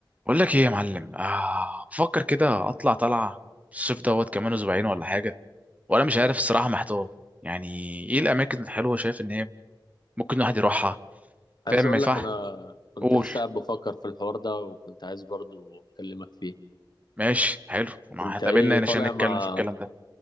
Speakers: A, on the right; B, on the left.
A: بقول لك ايه يا معلم آه بفكر كده اطلع طلعه الصيف دوت كمان اسبوعين ولا حاجه وانا مش عارف الصراحه محتار يعني ايه الاماكن الحلوه شايف ان هي ممكن الواحد يروحها
B: عايز
A: فاهم ما
B: اقول
A: يدفع
B: لك انا كنت
A: قول
B: لسه قاعد بفكر في الحوار ده وكنت عايز برضو اكلمك فيه
A: ماشي حلو ما
B: انت
A: هتقابلنا
B: ايه
A: هنا
B: طالع
A: عشان نتكلم
B: مع
A: في الكلام ده